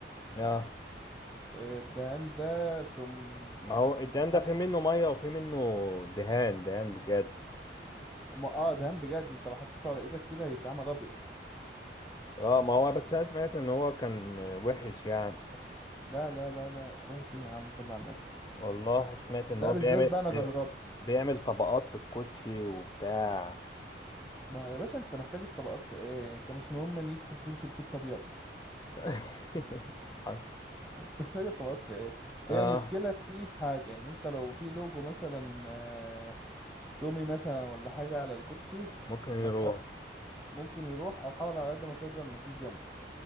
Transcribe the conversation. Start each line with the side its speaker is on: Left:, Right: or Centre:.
Left: اه
Centre: آه، الدهان ده تم
Left: ما
Centre: آه،
Left: هو الدهان
Centre: حط
Left: ده في منه ميه وفي منه دهان دهان بجد
Centre: ما- اه دهان بجد انت لو حطيته على ايدك كده هيتعمل ابيض
Left: اه ما هو بس انا سمعت ان هو كان وحش يعني
Centre: لا لا لا لا وحش ايه يا عم صل على النبي
Left: والله سمعت
Centre: ده
Left: ان هو
Centre: بالذات
Left: بيعمل
Centre: بقى
Left: بي-
Centre: انا جربته
Left: بيعمل طبقات في الكوتشي وبتاع
Centre: ما يا باشا انت محتاج الطبقات في ايه انت مش مهم ان انت تمشي بكوتش ابيض
Left: <laughs> حصل
Centre: تفتكر تبقى في ايه
Left: اه
Centre: هي المشكله فيه في حاجه ان انت لو في لوجو مثلا آه، تومي مثلا ولا حاجه على الكوتشي
Left: ممكن يروح
Centre: ما تح... ممكن يروح او حاول على قد ما تقدر ما تجيش جنبه